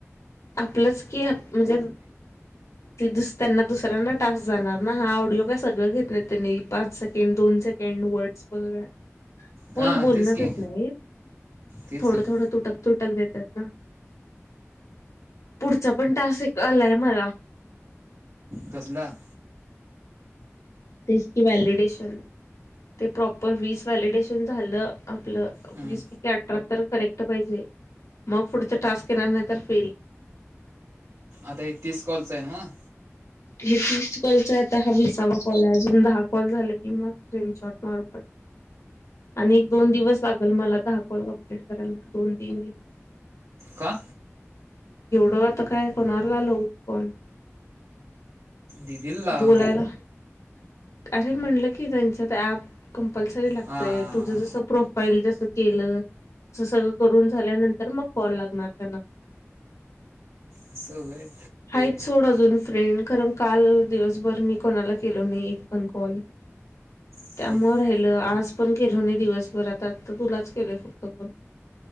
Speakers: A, on the left; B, on the right.
A: आपलंच की आप म्हणजे. त्यांना दुसऱ्यांना टास्क जाणार ना, हा ऑडिओ काय सगळं घेत नाही त्यांनी पाच सेकंड दोन सेक. सेकड वर्डस, फुल
B: हां
A: बोलणच
B: तेच की
A: नाही,
B: तेच
A: थोडं
B: की
A: थोडं तुटक तुट. देतात ना, पुढचा पण टस् आलाय मला.
B: कसलं!
A: ते की व्हलिडेशन, ते प्रॉपर वीस व्हॅलिडेशन झालं. आपलं
B: हम्म.
A: वीस पैकी अठराहत्तर. करेक्ट पाहिजे मग पुढच टास्क येणार नाही, तर फेल.
B: आता हे तीस कॉल चे हाय नव्ह,
A: हे तीसकॉलच आता हा वीसावा कॉल अजून दहा कॉल झालं की मग स्क्रीनशॉट मारून <unintelligible> आणि एक दोन दिवस लागल मला दहा कोल कमप्लीट करायला, दोन तीन दिवस.
B: का?
A: एवढं आता काय कोणाला लऊ कॉल.
B: दिदीला लाव.
A: बोलायला. अरे म्हणलं की त्यांच ऍप कंपल्सरी लागतय
B: हां
A: तुझं जस प्रोफाईल केलं त सगळं करून झाल्यानंतर मग कॉल लागणार त्यांना पण
B: अस होय?
A: आहेत सोड अजून फ्रेंड कारण काल दिवसभर मी कोणाला केलो नई एक पण कॉल.
B: हम्म.
A: त्यामुळं राहील आज पण केलो नई दिवसभरातात. तर तुलाच केलोय फक्त कॉल.